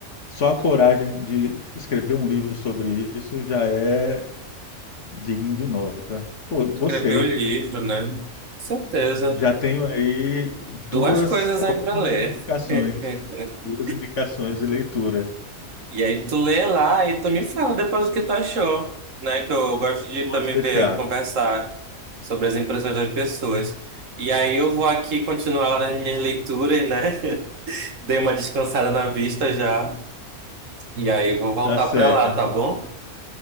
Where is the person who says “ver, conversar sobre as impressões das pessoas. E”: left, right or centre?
Right